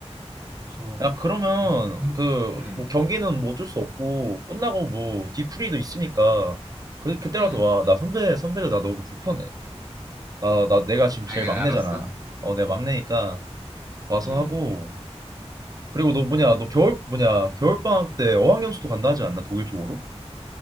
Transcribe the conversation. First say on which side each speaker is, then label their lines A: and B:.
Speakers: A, on the right; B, on the right.
A: 그래서
B: 야, 그러면
A: 그래서 이번
B: 그
A: 음,
B: 뭐 경기는 뭐 어쩔 수 없고 끝나고 뭐
A: 음,
B: 디프리도 있으니까 그 그때라도
A: 음.
B: 와. 나 선배 선배들 나 너무 불편해. 나 나 내가 지금
A: 아,
B: 제일 막내잖아.
A: 알았어.
B: 어, 내가 막내니까 와서
A: 음.
B: 하고 그리고 너 뭐냐 너 겨울 뭐냐 겨울방학 때 어학연수도 간다 하지 않나 독일 쪽으로?